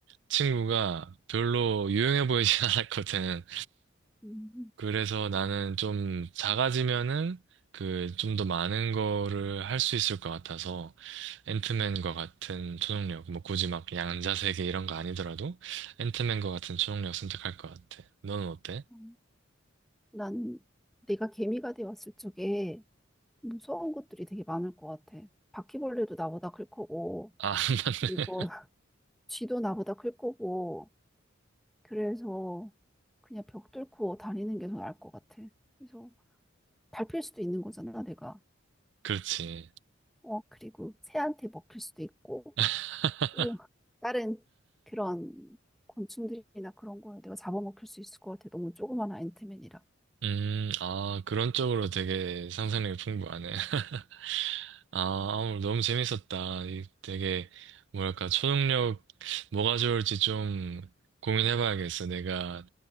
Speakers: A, on the right; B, in the centre.
A: 친구가 별로 유용해 보이진 <laughs> 않았거든.
B: 음,
A: 그래서 나는 좀 작아지면은, 그, 좀 더 많은 거를 할 수 있을 것 같아서, 앤트맨과 같은 초능력, 뭐 굳이 막 양자세계 이런 거 아니더라도, 앤트맨과 같은 초능력 선택할 것 같아. 너는 어때?
B: 음. 난 내가 개미가 되었을 적에 무서운 것들이 되게 많을 것 같아. 바퀴벌레도 나보다 클 거고,
A: 아, <laughs> 맞네.
B: 그리고 <laughs> 쥐도 나보다 클 거고, 그래서 그냥 벽 뚫고 다니는 게 더 나을 것 같아. 그래서 밟힐 수도 있는 거잖아, 내가.
A: 그렇지.
B: 어, 그리고 새한테 먹힐 수도 있고,
A: <laughs>
B: 또 다른 그런 곤충들이나 그런 거에 내가 잡아먹힐 수 있을 것 같아. 너무 조그만 앤트맨이라.
A: 음, 아, 그런 쪽으로 되게 상상력이 풍부하네. <laughs> 아, 오늘 너무 재밌었다. 이 되게, 뭐랄까, 초능력, 뭐가 좋을지 좀 고민해봐야겠어. 내가